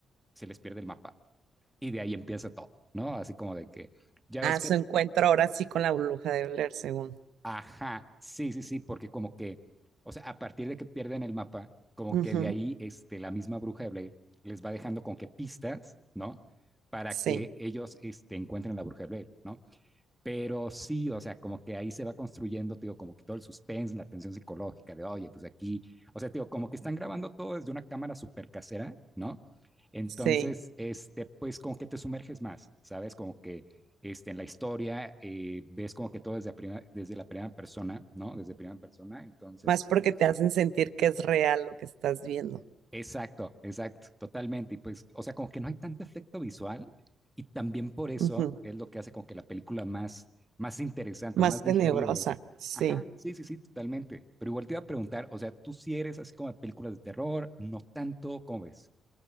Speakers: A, in the centre; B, on the right.
A: se les pierde el mapa. Y de ahí empieza todo, ¿no? Así como de que, ya
B: Ah,
A: ves que,
B: su encuentro ahora sí con la bruja de Blair, según.
A: ajá, sí, sí, sí, porque como que, o sea, a partir de que pierden el mapa, como
B: Ujú,
A: que de ahí este, la misma bruja de Blair les va dejando con que pistas, ¿no? Para
B: Sí,
A: que ellos este, encuentren la bruja de Blair, ¿no? Pero sí, o sea, como que ahí se va construyendo, te digo, como que todo el suspense, la tensión psicológica de, oye, pues aquí, o sea, te digo, como que están grabando todo desde una cámara súper casera, ¿no? Entonces,
B: sí.
A: este, pues como que te sumerges más, ¿sabes? Como que este, en la historia eh, ves como que todo desde, la prima- desde la primera persona, ¿no? Desde primera persona, entonces
B: Más porque te hacen sentir que es real lo que estás viendo.
A: Exacto, exacto, totalmente. Y pues, o sea, como que no hay tanto efecto visual y también por eso
B: Ujú,
A: es lo que hace como que la película más, más interesante
B: Más
A: o más
B: tenebrosa,
A: digerible.
B: sí.
A: Ajá, sí, sí, sí, totalmente. Pero igual te iba a preguntar, o sea, tú si eres así como de películas de terror, no tanto, ¿cómo ves?